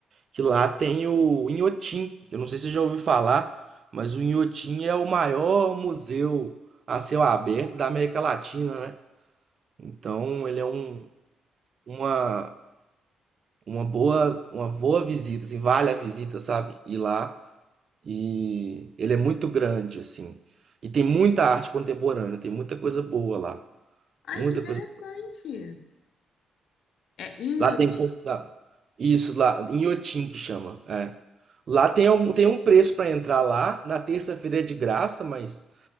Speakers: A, on the right; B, on the left.
A: Que lá tem o Inhotim. Eu não sei se você já ouviu falar, mas o Inhotim é o maior museu a céu aberto da América Latina, né? Então, ele é um, uma, uma boa, uma boa visita, assim, vale a visita, sabe? Ir lá. E ele é muito grande, assim. E tem muita arte contemporânea, tem muita coisa boa lá.
B: Ai,
A: Muita
B: que interessante.
A: coisa.
B: É Inhotim.
A: Lá tem. coisa- lá- Isso, lá, em Inhotim que chama. É. Lá tem um, tem um preço para entrar lá. Na terça-feira é de graça, mas